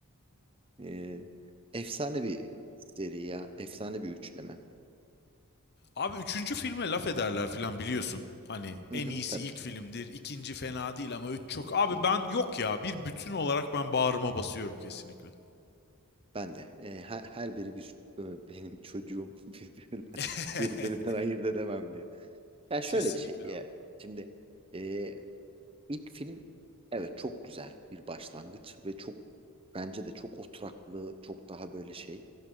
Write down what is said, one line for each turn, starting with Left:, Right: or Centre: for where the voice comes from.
Right: E, efsane bir seri ya. Efsane bir üçleme.
Left: Abi üçüncü filme laf ederler filan biliyorsun. Hani
Right: Hı
Left: en
Right: hı,
Left: iyisi
Right: tabii.
Left: ilk filmdir, ikinci fena değil ama üç çok. Abi
Right: Hı hı.
Left: ben yok ya bir bütün olarak ben bağrıma basıyorum kesinlikle.
Right: Ben de. E, her, her biri bir e, benim çocuğum <laughs> birbirinden,
Left: <laughs>
Right: birbirinden ayırt edemem diye. Ya şöyle
Left: Kesinlikle
Right: bir şey ya.
Left: abi.
Right: Şimdi e, İlk film evet çok güzel bir başlangıç ve çok bence de çok oturaklı, çok daha böyle şey